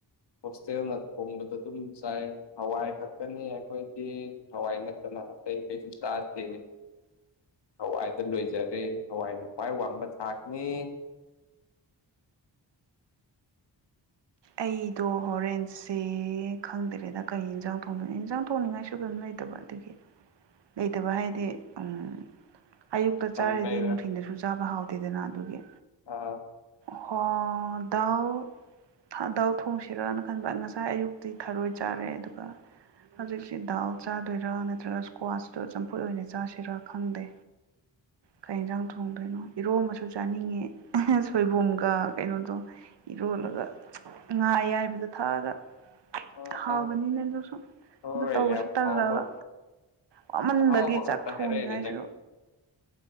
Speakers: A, on the left; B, on the right.
A: ꯍꯣꯁꯇꯦꯜꯅ ꯊꯣꯡꯕꯗꯨ ꯑꯗꯨꯝ ꯆꯥꯏ ꯍꯋꯥꯏ ꯈꯛꯇꯅꯤ ꯑꯩꯈꯣꯏꯗꯤ ꯍꯋꯥꯏ ꯅꯠꯇ ꯅ ꯑꯇꯩ ꯀꯩꯁꯨ ꯆꯥꯗꯦ ꯍꯋꯥꯏꯗ ꯂꯣꯏꯖꯔꯦ ꯍꯋꯥꯏꯅ ꯈ꯭ꯋꯥꯏ ꯋꯥꯡꯕ ꯊꯥꯛꯅꯤ
B: ꯑꯩꯗꯣ ꯍꯣꯔꯦꯟꯁꯦ ꯈꯪꯗꯔꯦꯗ ꯀꯩ ꯍꯤꯟꯖꯥꯡ ꯊꯣꯡꯗꯣꯏꯅꯣ ꯏꯟꯖꯥꯡ ꯊꯣꯡꯅꯤꯡꯉꯥꯏꯁꯨ ꯀ꯭ꯌꯝ ꯂꯩ ꯇꯕ ꯑꯗꯨꯒꯤ
A: <inaudible>
B: ꯂꯩꯇꯕ ꯍꯥꯏꯗꯤ
A: ꯎꯝ
B: ꯎꯝ ꯑꯌꯨꯛꯇ
A: ꯄꯟꯕꯩꯔ
B: ꯆꯥꯔꯗꯤ ꯅꯨꯡꯊꯤꯟꯜꯗꯁꯨ ꯆꯥꯕ ꯍꯥꯎꯇꯦꯗꯅ ꯑꯗꯨꯒꯤ
A: ꯑꯥ
B: ꯍꯣ ꯗꯧ ꯊꯥꯗꯥꯎ ꯊꯣꯡꯁꯤꯔꯅ ꯈꯟꯕ ꯉꯁꯥꯏ ꯑꯌꯨꯛꯇꯤ ꯊꯔꯣꯏ ꯆꯥꯔꯦ ꯑꯗꯨꯒ
A: ꯎꯝ,
B: ꯍꯧꯖꯤꯛꯁꯤ ꯗꯥꯎ ꯆꯥꯗꯣꯏꯔꯥ ꯅꯠꯇ꯭ꯔꯒ ꯏꯁꯀ꯭ꯋꯥꯁꯇꯣ ꯆꯝꯐꯨꯠ ꯑꯣꯏꯅ ꯆꯥꯁꯤꯔꯥ ꯈꯪꯗꯦ
A: <inaudible>
B: ꯀꯩ ꯌꯦꯟꯖꯥꯡ ꯊꯣꯡꯗꯣꯏꯅꯣ ꯏꯔꯣꯝꯕꯁꯨ ꯆꯥꯅꯤꯡꯉꯦ ꯑꯍꯥ ꯁꯣꯏꯕꯨꯝꯒ
A: ꯎꯝ,
B: ꯀꯩꯅꯣꯗꯣ ꯏꯔꯣꯟ ꯕꯒ ꯉꯥ ꯑꯌꯥꯏꯕꯗꯣ ꯊꯛꯑꯒ
A: ꯑꯥ
B: ꯍꯥꯎꯕꯅꯤꯅꯦ
A: ꯑꯥ
B: ꯑꯗꯨ ꯁꯨ
A: ꯍꯣꯏ
B: ꯑꯗꯨ ꯇꯧꯕꯁꯨ
A: ꯌꯥꯝ
B: ꯇꯜꯂꯕ
A: ꯍꯥꯎꯕ
B: ꯋꯥꯃꯟꯕꯒꯤ
A: ꯑꯍꯥꯎꯕ ꯈꯛꯇ
B: ꯆꯥꯛ ꯊꯣꯡꯅꯤꯡꯉꯥꯏꯁꯨ
A: ꯍꯥꯏꯔꯛꯏꯅꯦ